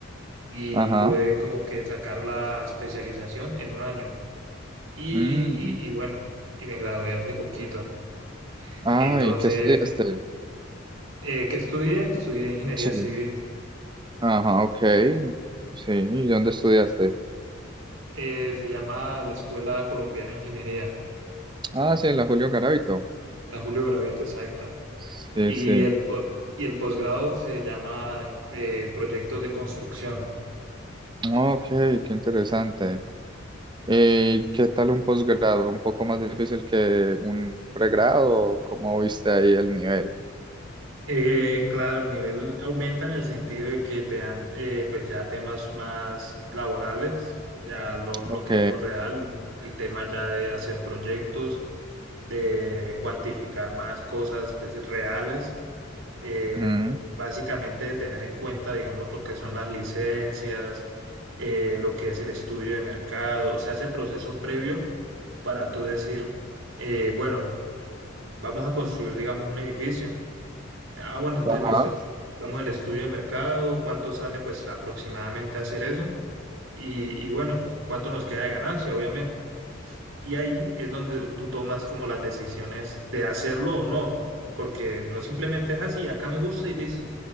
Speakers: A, on the right; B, on the right.
A: y
B: Ajá.
A: pude como que sacar la especialización en un año. Y,
B: Mm.
A: y, y bueno, y me gradué hace poquito.
B: Ah,
A: Entonces,
B: ¿y qué estudiaste?
A: eh, ¿qué estudié? Estudié ingeniería
B: Sí.
A: civil.
B: Ajá, ok. Sí, ¿y dónde estudiaste?
A: Eh, se llama la Escuela Colombiana de Ingeniería,
B: Ah, sí, en la Julio Garavito.
A: la Julio Gravete, exacta.
B: Sí,
A: Y
B: sí.
A: el, po- y el posgrado se llama eh, proyectos de construcción.
B: Ah, Ok, qué interesante. ¿Y qué tal un posgrado? ¿Un poco más difícil que un pregrado? ¿Cómo viste ahí el nivel?
A: Eh, claro, el nivel aumenta en el sentido de que te dan eh, pues ya temas más laborales, ya lo, lo
B: Ok.
A: que es lo real, el tema ya de hacer proyectos, de cuantificar más cosas pues, reales, eh,
B: ujú,
A: básicamente de tener en cuenta, digamos, lo que son las licencias, eh, lo que es el estudio de mercado, o sea, ese proceso previo para tú decir, eh, bueno, vamos a construir, digamos, un edificio. Ah, bueno, entonces
B: Ajá.
A: listo. Vamos al estudio de mercado, cuánto sale pues aproximadamente hacer eso y, y bueno, cuánto nos queda de ganancia, obviamente. Y ahí es donde tú tomas como las decisiones de hacerlo o no, porque no simplemente es así, acá me gusta y listo.